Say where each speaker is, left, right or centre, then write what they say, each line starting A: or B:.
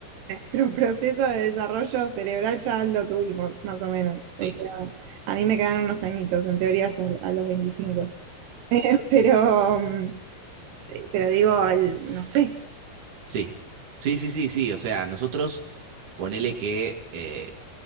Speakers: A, on the right; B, on the right.
A: nuestro <laughs> proceso de desarrollo cerebral ya lo tuvimos, más o menos.
B: Sí.
A: O sea, a mí me quedan unos añitos, en teoría es a, a los veinticinco <laughs> Pero, mm, pero digo, al- no sé,
B: Sí, sí, sí, sí, sí. O sea, nosotros ponele que eh,